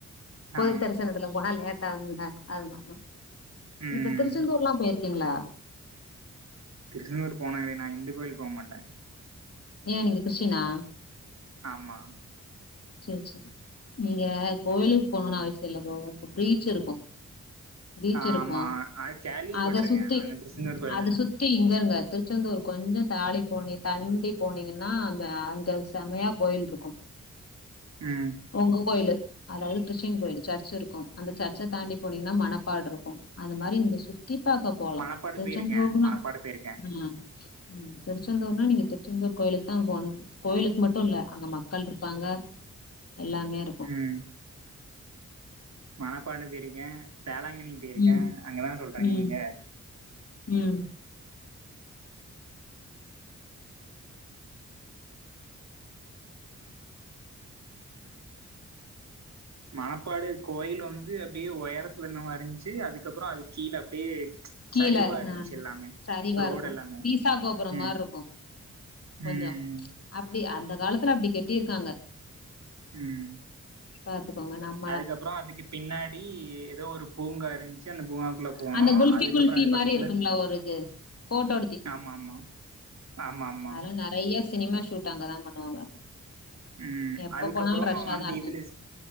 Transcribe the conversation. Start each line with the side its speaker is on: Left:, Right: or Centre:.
Left: பொது
Right: ஆ
Left: தரிசனத்துல போனா லேட் ஆகுங்க அது மார்தா
Right: ம்
Left: இப்ப திருச்செந்தூர்லா போயிருக்கீங்ளா
Right: திருச்செந்தூர் போனாங்களே நா இந்த கோவில் போ மாட்டே
Left: ஏ நீங்க கிறிஸ்டீனா
Right: ஆமா
Left: சரி சரி நீங்க கோவிலுக் போனுனு அவசிய இல்ல ப்ரோ பீச் இருக்கு பீச்
Right: ஆமா
Left: இருக்கு
Right: அது கேள்விப்பட்டிருக்கே
Left: அத சுத்தி
Right: அங்க திருச்செந்தூர் கோயில்
Left: அத சுத் தி இங்கங்க திருச்செந்தூர் கொஞ்சொ தாலி போனிய தண்டி போனீங்கன்னா அங்க அங்க செம்மையா கோயில் ருக்கு
Right: ம்
Left: ஒங்க கோயிலு அதாவ்து கிறிஸ்டின் கோயில் சர்ச் இருக்கும் அந்த சர்ச்ச தாண்டி போனீங்கன்னா மணப்பாடு இருக்கு அது மாரி நீங்க சுத் தி பாக்க போலா
Right: மணப்பாடு
Left: திருச்செந்தூர்னா
Right: போயிருக்கே மணப்பாடு போயிருக்கே
Left: ம் ம் திருச்செந்தூர்னா நீங்க திருச்செந்தூர் கோயிலுக்கு தா போனுன் கோயிலுக்கு மட்டு இல்ல அங்க மக்கள் இரு ப்பாங்க எல்லாமே இருக்கு
Right: ம் மணப்பாடு போயிருக்கே வேளாங்கண்ணி போய்ருக்கே
Left: ம்
Right: அங்கதான சொல்றங்க
Left: ம்
Right: நீங்க
Left: ம்
Right: மணப்பாடு கோயில் வந்து அப்டியே ஒயரத்துல இருந்த மா இருந்ச்சு அதுக்கப்புறோ அது கீழே அப்டியே
Left: கீழ
Right: சரிவா இருந்ச்சு
Left: ஆ
Right: எல்லாமே
Left: சரிவா
Right: ரோடு
Left: இருக்கு
Right: எல்லாமே
Left: பீசா கோபுரம்
Right: ம்
Left: மாரி இருக்கு
Right: ம் ம்
Left: கொஞ்சோ அப்டி அந்த காலத்துல அப்டி கெட்டிருக்காங்க
Right: ம்
Left: பாத்துக்கோங்க நம்
Right: அதுக்கப்றோ அதுக்கு பின்னாடி எதோ ஒரு பூங்கா இருந்ச்சு அந்த பூங்காக்குள்ள போனோ
Left: அந்த குல்ஃபி
Right: அதுக்கப்பறோ
Left: குல்ஃபி
Right: அது
Left: மாரி
Right: பக்கத்துல
Left: இருக்கும்ல ஒரு இது போட்டோ
Right: ஆமாமா ஆமாமா
Left: அதுல நெறைய சினிமா ஷூட் அங்கேதா பண்ணுவாங்க
Right: ம்
Left: எப்ப
Right: அதுக்கப்புறோ
Left: போனாலு ரஷ்ஷா
Right: அந்த
Left: தா இருக்கு
Right: இதுல